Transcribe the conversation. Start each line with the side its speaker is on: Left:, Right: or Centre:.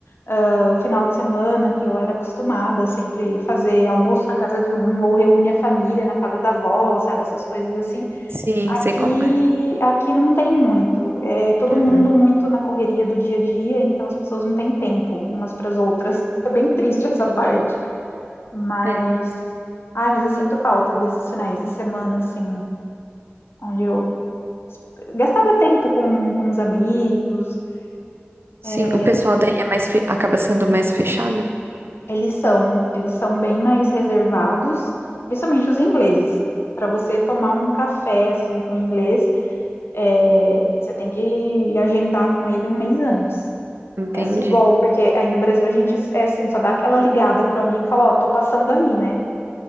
Left: ah, final de semana, que eu era acostumada sempre fazer almoço na casa de um, ou reúne a família na casa da avó, sabe? Essas coisas assim.
Right: Sim,
Left: Aqui,
Right: sei como. é.
Left: aqui não tem muito. É todo mundo
Right: Uhum,
Left: muito na correria do dia a dia, então as pessoas não têm tempo umas para as outras. <laughs> É bem triste
Right: entendi.
Left: essa parte. Mas.
Right: É,
Left: Ai, mas eu sinto falta desses finais de semana, assim, onde eu gastava tempo com, com os amigos.
Right: sim,
Left: é,
Right: o pessoal daí é mais fe- acaba sendo mais fechado?
Left: Eles são, eles são bem mais reservados, principalmente os ingleses. Para você tomar um café assim com inglês, é, você tem que agendar com ele um mês antes.
Right: Entendi.
Left: É assim, igual, porque aí no Brasil a gente é assim, só dá aquela ligada pro amigo e fala, ó, tô passando aí, né?